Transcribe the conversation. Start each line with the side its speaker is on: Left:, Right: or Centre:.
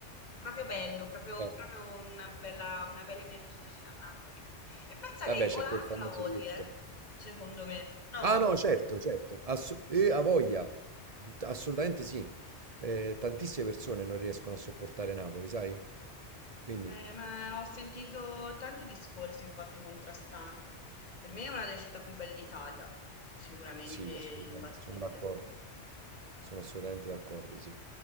Left: Proprio bello, proprio,
Right: Eh,
Left: proprio una bella, una bella energia c'è a Napoli. E pensa
Right: Vabbè,
Left: che o
Right: c'è
Left: la
Right: quel
Left: ami
Right: famoso
Left: o la odi,
Right: detto.
Left: eh? Secondo me. No?
Right: Ah no, certo, certo. Ass- eh, a voglia. Assolutamente sì. Eh, tantissime persone non riescono a sopportare Napoli, sai? Quindi
Left: Eh, ma ho sentito tanti discorsi, infatti, contrastanti. Per me è una delle città più belle d'Italia, sicuramente
Right: sì,
Left: imbattibile.
Right: assolutamente, sono d'accordo. Sono assolutamente d'accordo, sì.